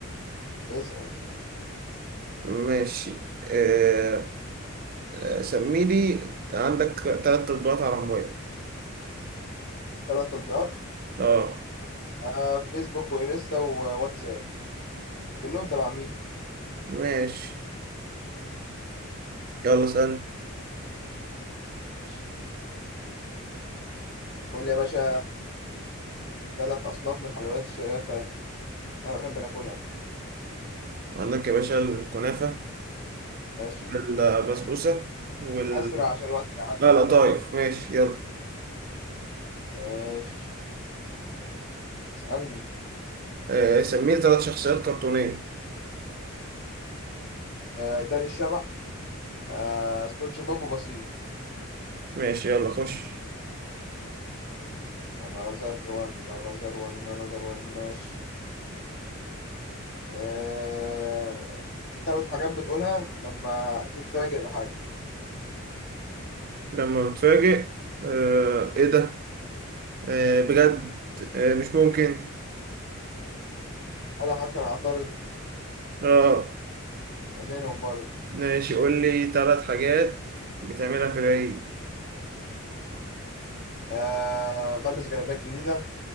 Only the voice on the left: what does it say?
اسأل
ثلاث تطبيقات
آه، فيسبوك وإنستا وواتساب كلهم تبع ميتا
ماشي. قول لي يا باشا ثلاث أصناف من الحلويات الشهرية بتاعتنا أنا بحب ناكلها
ماشي
أسرع عشان الوقت بيعدي
ماشي اسألني
آه، داني الشبح آه، سبونج بوب وبسيط
أنا نظر وان أنا نظر وان أنا نظر وان ماشي آه، ثلاث حاجات بتقولها لما تتفاجئ بحاجة
أنا حاجة أنا أعترض
منهم برضه
أه بلبس جلابيات جديدة